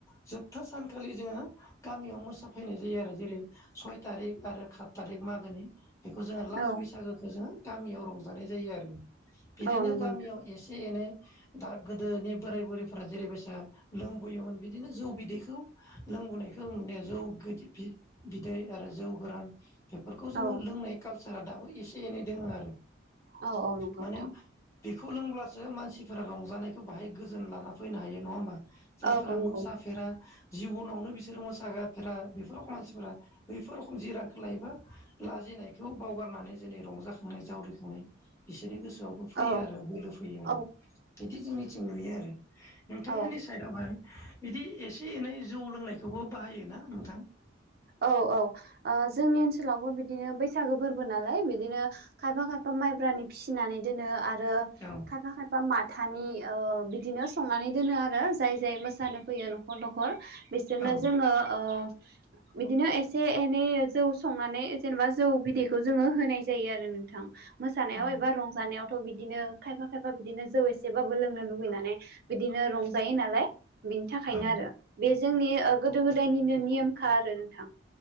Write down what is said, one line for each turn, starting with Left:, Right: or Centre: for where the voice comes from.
Left: जोब ओ सानखालि जोङो गामियाव मोसाफैनाय जायो आरो जेरै सय थारिक आरो खाथ थारिख मागोनि बेखौ जोङो लास
Right: औ
Left: बैसागोखौ जोङो गामियाव रंजानाय जायो आरो। बिदिनो
Right: औ नंगौ औ नंगौ
Left: गामियाव
Right: नोंथां
Left: एसे एनै दा गोदोनि बोराय बुरैफोरा जेरैबायसा लोंबोयोमोन बिदिनो जौ बिदै खौ लोंबोनायखौ नुनाया जौ गोदि बि-बिदै आरो जौ गोरान एफोरखौ जोङो
Right: औ
Left: लोंनाय कालसारा दाबो एसे एनै दोङो आरो।
Right: औ औ नंगौ
Left: माने
Right: नोंथां
Left: बेखौ लोंब्लासो मास सिफोरा रंजानायखौ बाहाय गोजोन लाना फैनो हायो नङा होमबा। जायफोरा
Right: औ नंगौ
Left: मोसाफेरा जिबनावनो बिसोरो मोसागाफेरा बेफोर मानसिफोरा बैफोर र'खम जिरादखौ लायोबा लाज जिनायखौ बावगारनानै जेनि रंजाखांनाय जावरिखांनाय बिसोरनि गोसो सोआवबो फैयो
Right: औ
Left: आरो बोलो फैयो आरो,
Right: औ
Left: बिदि जों निथिं नुयो आरो। नोंथांमोननि
Right: औ
Left: सायदावहाय बिदि एसे एनै जौ लोंनायखौबो बाहायो ना नोंथां?
Right: औ औ ओ जोंनि ओनसोलावबो बिदिनो बैसागो फोरबो नालाय बिदिनो खायफा खायफा माइब्रानि फिनानै दोनो आरो
Left: औ
Right: खायफा खायफा माथानि ओ बिदिनो संनानै दोनो आरो जाय जाय मोसानो फैयो न'खर न'खर बिसोरनो
Left: औ
Right: जोङो ओ बिदिनो एसे एनै जौ संनानै जेनेबा जौ बिदैखौ जोङो होनाय जायो आरो नोंथां। मोसानायाव
Left: औ
Right: एबा रंजानायावथ बिदिनो खायफा खायफा बिदिनो जौ एसेबाबो लोंनो लुुबैनानै बिदिनो रंजायो नालाय। बिनि थाखायनो
Left: औ
Right: आरो बे जोंनि ओ गोदो गोदायनिनो नेमखा आरो नोंथां।